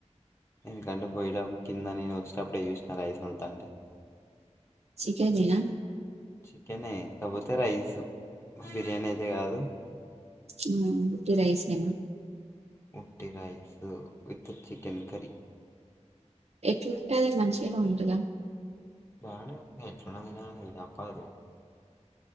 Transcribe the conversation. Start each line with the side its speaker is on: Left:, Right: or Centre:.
Left: నది గంట పోయేటప్పుడు కింద నేను వచ్చేటప్పుడే చూసిన ఐస్ ఉడతా
Right: శికిధన
Left: చికెనే కాకపోతే రైసు బిర్యానీ అయితే కాదు
Right: హు ఉట్టి రైస్ ఎన
Left: ఉట్టి రైస్ విత్ చికెన్ కర్రీ
Right: ఎట్లుంటే అది మంచిగా ఉంటద
Left: బానే ఉంది ఎట్లున్న తప్పదు అ <inaudible>